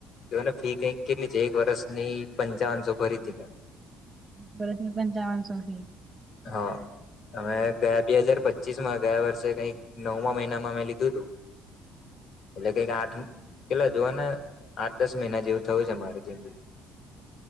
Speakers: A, on the left; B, on the right.
A: જો ઓને ફી કઈક કેટલી છે એક વર્ષ ની પંચાવનસો ભરી તી મેં.
B: વર્ષ ની પંચાવનસો ફી.
A: હા અને ગયા બે હજાર પચીસમાં ગયા વર્ષે કંઈક નવમા મહિનામાં મેં લીધું તું. એટલે કઈક આઠ કેટલા જોઓ ને આઠ દસ મહિના જેવું થવું છે મારે જિમ